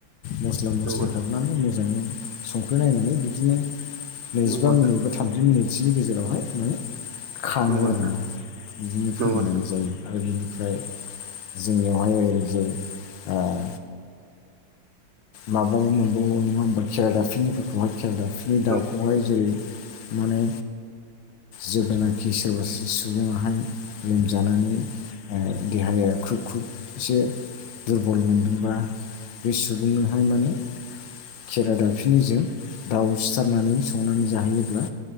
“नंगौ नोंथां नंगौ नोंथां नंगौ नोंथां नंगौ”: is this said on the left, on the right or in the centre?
Right